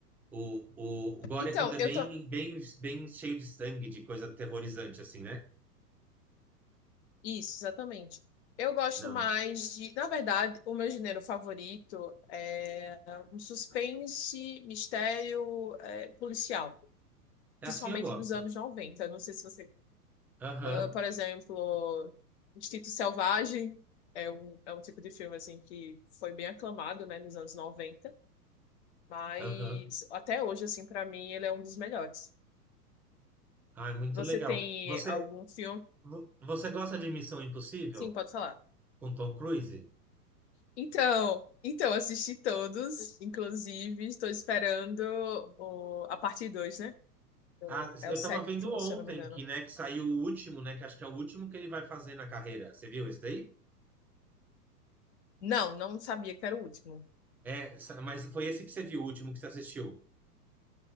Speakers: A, in the centre; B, on the left.
A: O, o, o Gore
B: Então,
A: é quando é bem,
B: eu tô.
A: bem, bem cheio de sangue, de coisa aterrorizante, assim, né?
B: Isso, exatamente. Eu gosto
A: Não.
B: mais de. Na verdade, o meu gênero favorito é um suspense, mistério, é, policial,
A: É
B: principalmente
A: assim eu gosto.
B: dos anos noventa Não sei se você.
A: Aham,
B: ah, por exemplo, Instinto Selvagem é um, é um tipo de filme assim que foi bem aclamado, né, nos anos noventa mas
A: aham.
B: até hoje, assim, para mim, ele é um dos melhores.
A: Ah, é muito
B: Você
A: legal.
B: tem
A: Você,
B: algum filme?
A: vo- você gosta de Missão Impossível
B: Sim, pode falar.
A: com Tom Cruise?
B: Então, então assisti todos, inclusive estou esperando o- a parte 2, né? O-
A: Ah,
B: É
A: eu
B: o sétimo,
A: tava vendo ontem
B: se eu não me engano.
A: que, né, que saiu o último, né, que acho que é o último que ele vai fazer na carreira. Você viu esse daí?
B: Não, não sabia que era o último.
A: É, sa- mas foi esse que você viu, o último que você assistiu.